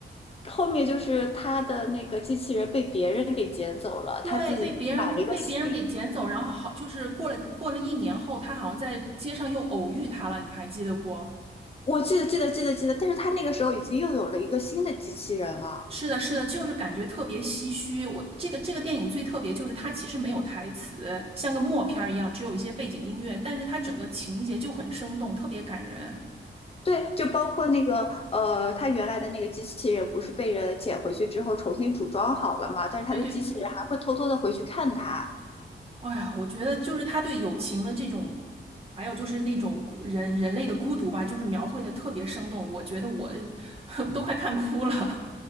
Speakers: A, on the left; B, on the right.
A: 后面就是他的那个机器人被别人给捡走了，
B: 对，
A: 他自己买了一个新
B: 被别人被别人给捡走，然后好，就是过了过了一年后，他好像在街上又偶遇他了，你还记得不？
A: 我记得记得记得记得，但是他那个时候已经又有了一个新的机器人了。
B: 是的，是的，就是感觉特别唏嘘。我这个这个电影最特别就是它其实没有台词，像个默片儿一样，只有一些背景音乐，但是它整个情节就很生动，特别感人。
A: 对，就包括那个呃，他原来的那个机器人不是被人捡回去之后重新组装好了嘛？但是他的机器人还会偷偷的回去看他，
B: 对对，哎呀，我觉得就是他对友情的这种，还有就是那种孤人人类的孤独吧，就是描绘的特别生动，我觉得我 <laughs> 都快看哭了。